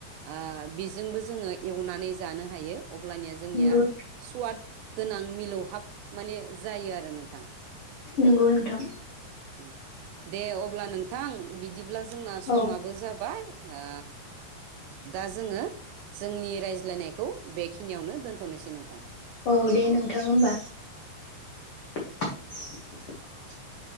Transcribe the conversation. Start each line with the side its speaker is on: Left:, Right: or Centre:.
Right: आ बेजोंबो जोङो एवनानै जानो हायो अब्लानिया जोंनिया
Left: नंगौ
Right: सुवाद गोनां मिलौहाब माने जायो आरो नोंथां
Left: नंगौ नोंथां
Right: <inaudible> उम दे अब्ला नोंथां बि बिदिब्ला जोंना समाबो
Left: औ
Right: जाबाय आ दा जोङो जोंनि रायज्लायनायखौ बेखिनियावनो दोनथ'नोसै नोंथां
Left: औ दे नोंथां होमबा <unintelligible>